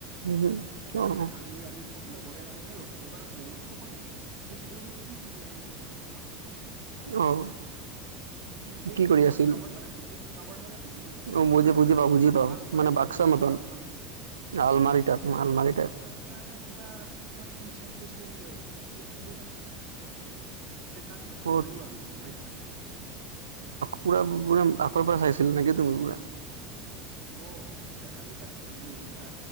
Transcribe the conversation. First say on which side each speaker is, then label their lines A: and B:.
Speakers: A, on the right (about 75°); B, on the right (about 45°).
A: উম,
B: তাতে
A: অ',
B: মানে আমি আমি চব লগৰে মানে এনে লগ ধৰিবা ৰুমত সোমালো আমি চালো যে কি কৰি আছে সি বেলেগৰ কাবাৰ্ডত।
A: অ'।
B: উম, সেই
A: কি কৰি
B: কাবাৰৰ্ড
A: আছিল
B: কাবাৰৰ্ড মানে বুজি কাবাৰৰ্ড মানে বুজি পাইছ
A: অ',
B: সেই
A: বুজি
B: তোমাৰ
A: বুজি
B: এটা
A: পাওঁ বুজি পাওঁ
B: আলমাৰি
A: মানে বাক্সা
B: টাইপ
A: মতন
B: আলমাৰি
A: আলমাৰি
B: হম হম।
A: টাইপ আলমাৰি টাইপ
B: তাৰ পৰা না কিবা তোমাৰ পইচা চইচাই ওলাই আছিল আমি চালো তাক। তে তাক ধৰলো
A: অ',
B: আমি গম পাইছা।
A: পুৰা পুৰা আগৰ পৰা চাইছিলা নেকি তুমি পুৰা?
B: অ', তে আমি তাক ধৰলো হা